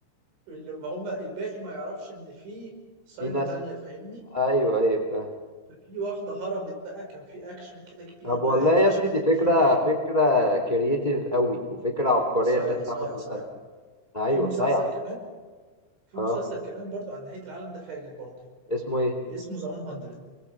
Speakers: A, on the right; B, on the left.
A: اللي ما هم الباقي ما يعرفش إن في سايلو
B: في ناس
A: تانية فاهمني
B: ايوه ايوه فاهم
A: ففي واحدة هربت بقى كان في أكشن كده كبير
B: طب
A: لا
B: والله
A: اكتشفت
B: يا ابني دي
A: إن
B: فكرة
A: في تاني
B: فكرة كرييتيف قوي وفكرة عبقرية
A: صايعة
B: ان انت
A: صايعة
B: تعمل
A: صايعة
B: مسلسل ايوه
A: في مسلسل
B: صحيح
A: كمان في
B: اه
A: مسلسل كمان برضه عن نهاية العالم ده فاجر برضه
B: اسمه ايه
A: اسمه ذا 100